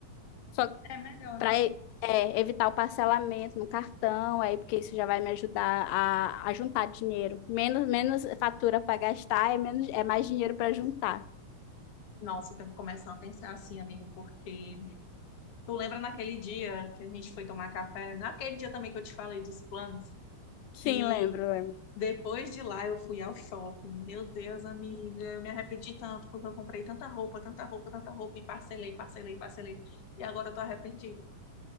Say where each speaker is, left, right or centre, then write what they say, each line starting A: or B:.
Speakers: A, on the left (about 80°); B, on the left (about 50°).
A: Só
B: É melhor,
A: para
B: né?
A: evitar o parcelamento no cartão, aí porque isso já vai me ajudar a, a juntar dinheiro. Menos, menos fatura para gastar, é menos, é mais dinheiro para juntar.
B: Nossa, eu tenho que começar a pensar assim, amigo, porque tu lembra naquele dia que a gente foi tomar café, naquele dia também que eu te falei dos planos, que
A: Sim, lembro, lembro.
B: Depois de lá, eu fui ao shopping. Meu Deus, amiga, eu me arrependi tanto porque eu comprei tanta roupa, tanta roupa, tanta roupa e parcelei, parcelei, parcelei. E agora eu tô arrependida.